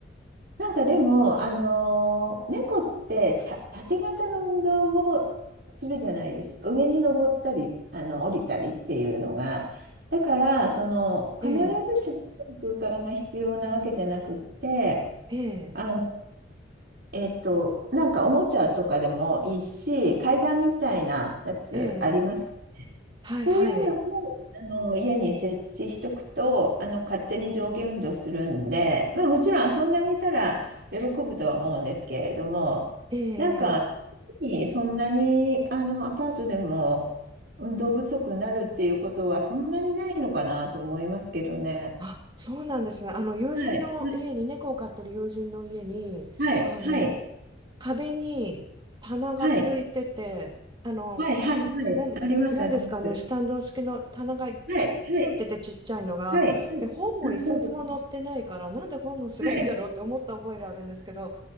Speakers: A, on the right (about 60°); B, on the right (about 25°).
A: なんかでも、あのー猫ってた縦型の運動をするじゃないですか。上に登ったり、あの、降りたりっていうのが。だから、その、
B: ええ、
A: 必ずしも空間が必要なわけじゃなくって、
B: ええ、
A: あえっと、なんかおもちゃとかでもいいし、階段みたいなやつありますね。
B: ええ、はいはい、
A: そういうのをあの家に設置しとくと、あの勝手に上下運動するんで、まあ、もちろん遊んであげたら喜ぶとは思うんですけれども、
B: ええ、
A: なんか
B: え
A: そんなにあのアパートでも運動不足になるっていうことはそんなにないのかなと思いますけどね。
B: あ、そうなんですね。あの友人の家に猫を飼ってる友人の家にあの
A: はい、はい、はい、はい、
B: 壁に棚がついててあの
A: はい、はい、はい、はいあります、
B: なんで、なんですかねスタンド式の棚がいっぱいついててちっちゃいのがで本も一冊も載ってないからなんで本のしないだろうって思った覚えがあるんですけど
A: あります。はい、はい、はい、はい。あ、そうです。はい。